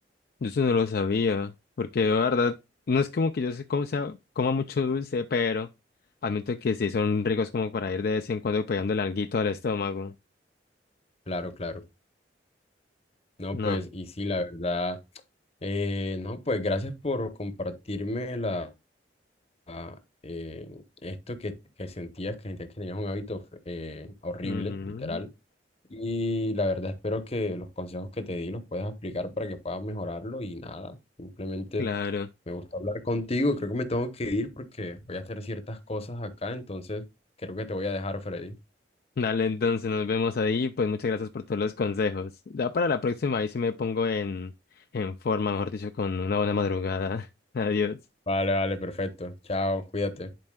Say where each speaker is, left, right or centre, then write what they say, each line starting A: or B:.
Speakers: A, on the left (about 55°); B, on the left (about 35°).
A: Yo eso no lo sabía, porque de verdad, no es como que yo se como sea, coma mucho dulce, pero admito que sí son ricos como para ir de vez en cuando pegándole alguito al estómago.
B: Claro, claro. No,
A: No,
B: pues, y sí, la verdad. Eh, no, pues gracias por compartirme la, la, eh, esto que, que sentías, que sentías que tenías un hábito eh, horrible,
A: ujú,
B: literal. Y la verdad espero que los consejos que te di los puedas aplicar para que puedas mejorarlo y nada, simplemente
A: claro.
B: me gusta hablar contigo, creo que me tengo que ir porque voy a hacer ciertas cosas acá, entonces creo que te voy a dejar, Freddy.
A: Dale, entonces nos vemos ahí, pues muchas gracias por todos los consejos. Ya para la próxima ahí sí me pongo en, en forma, mejor dicho, con una buena madrugada. <laughs> Adiós.
B: Vale, vale, perfecto. Chao, cuídate.